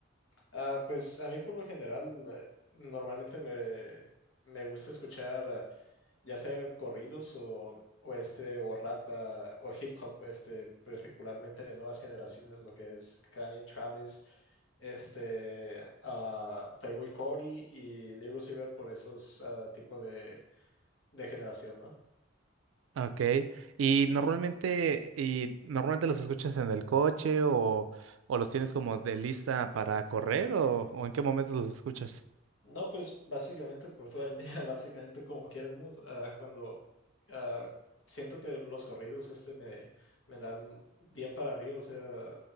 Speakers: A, on the left; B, on the right.
A: Ah, pues a mí por lo general eh, normalmente me, me gusta escuchar ah, ya sea corridos o, o este o rap ah, o hip hop, este particularmente de nuevas generaciones, lo que es Kanye, Travis, este ah, Playboi Carti y Lil Uzi Vert por esos ah, tipos de, de generación, ¿no?
B: Ok, y normalmente, y normalmente los escuchas en el coche o, o los tienes como de lista para correr o, o en qué momento los escuchas?
A: No, pues básicamente por todo el día, <laughs> básicamente como quiera el mood. Ah, cuando ah, siento que los corridos este me, me dan bien para arriba, o sea,